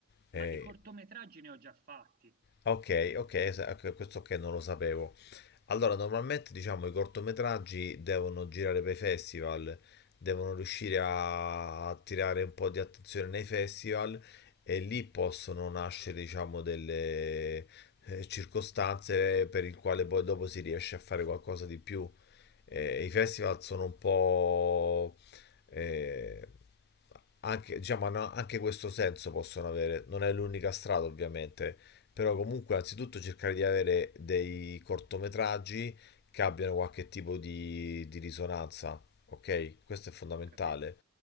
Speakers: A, on the left; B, on the right.
A: E...
B: Ma di cortometraggi ne ho già fatti.
A: Ok, ok, es- ecco, questo che non lo sapevo. Allora, normalmente diciamo i cortometraggi devono girare per i festival, devono riuscire a attirare un po' di attenzione nei festival e lì possono nascere, diciamo, delle eh, circostanze per il quale poi dopo si riesce a fare qualcosa di più. Eh, i festival sono un po' eh, anche, diciamo, hanno anche questo senso possono avere. Non è l'unica strada, ovviamente però comunque anzitutto cercare di avere dei cortometraggi che abbiano qualche tipo di, di risonanza, ok? Questo è fondamentale,
B: Ho capito.